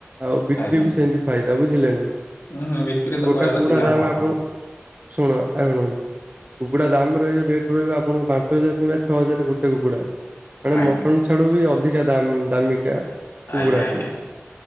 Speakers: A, on the right; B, on the left.
A: ଆଉ ବିକ୍ରି
B: ଆଜ୍ଞା
A: ବି ସେମିତି ଫାଇଦା ବୁଝିଲେ ନା?
B: ହୁଁ ହଁ ବିକ୍ରି ତ
A: ଟା
B: କୁଆଡେ ଅଧିକା
A: କୁଟା ଦାମ
B: ହଁ
A: ଆପଣ
B: ହଁ
A: ଶୁଣ ଆଣ କୁକୁଡ଼ା ଦାମ ରହିବ ରେଟ୍ ରହିବ ଆପଣଙ୍କୁ ପାଞ୍ଚ ହଜାର କିମ୍ବା ଛଅ ହଜାର ଗୋଟେ କୁକୁଡ଼ା। ମାନେ
B: ଆଜ୍ଞା
A: ମଟନ୍ ଛାଡୁ ବି ଅଧିକା ଦାମ ଦାମିକିଆ। କୁକୁଡ଼ାଟିଏ
B: ଆଜ୍ଞା ଆଜ୍ଞା